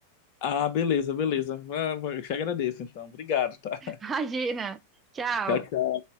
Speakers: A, on the left (about 45°); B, on the right (about 20°).
A: Ah, beleza, beleza. Vai, vai, Eu te agradeço, então. Obrigado, tá? <laughs>
B: <laughs> Imagina. Tchau.
A: Tchau, tchau.